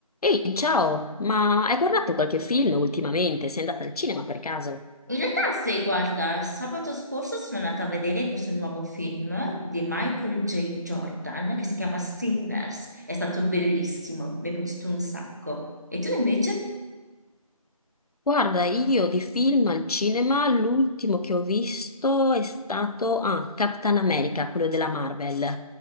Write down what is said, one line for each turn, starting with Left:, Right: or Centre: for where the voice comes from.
Left: Ehi, ciao, ma hai guardato qualche film ultimamente? Sei andata al cinema per caso?
Right: In realtà, sì, guarda, sabato scorso sono andata a vedere questo nuovo film di Michael J. Jordan che si chiama Sinners. È stato bellissimo, mi è piaciuto un sacco. E tu invece?
Left: Guarda, io di film al cinema, l'ultimo che ho visto è stato ah, Captain America, quello della Marvel.